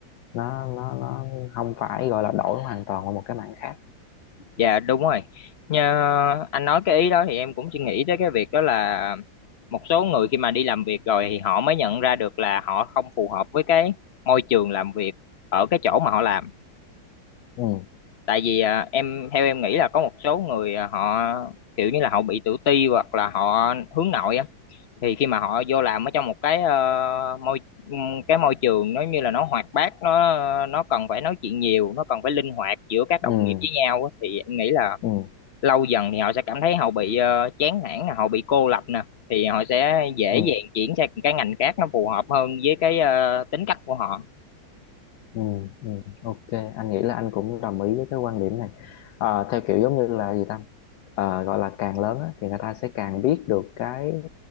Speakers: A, on the left; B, on the left.
A: nó nó nó không phải gọi là đổi hoàn toàn qua một cái mảng khác
B: Dạ đúng rồi. Như anh nói cái ý đó thì em cũng chỉ nghĩ tới cái việc đó là một số người khi mà đi làm việc rồi thì họ mới nhận ra được là họ không phù hợp với cái môi trường làm việc ở cái chỗ mà họ làm.
A: ừ
B: Tại vì à, em theo em nghĩ là có một số người à, họ kiểu như là họ bị tự ti hoặc là họ hướng nội á thì khi mà họ vô làm ở trong một cái ờ, môi ừm, cái môi trường nó như là nó hoạt bát nó nó cần phải nói chuyện nhiều, nó cần phải linh hoạt giữa các đồng
A: ừ
B: nghiệp với nhau á thì em nghĩ là
A: ừ
B: lâu dần thì họ sẽ cảm thấy họ bị ờ, chán nản nè, họ bị cô lập nè thì họ sẽ dễ
A: ừ
B: dàng chuyển sang cái ngành khác nó phù hợp hơn với cái ờ, tính cách của họ
A: ừ ừ ok anh nghĩ là anh cũng đồng ý với cái quan điểm này Ờ, theo kiểu giống như là gì ta Ờ, gọi là càng lớn á, thì người ta sẽ càng biết được cái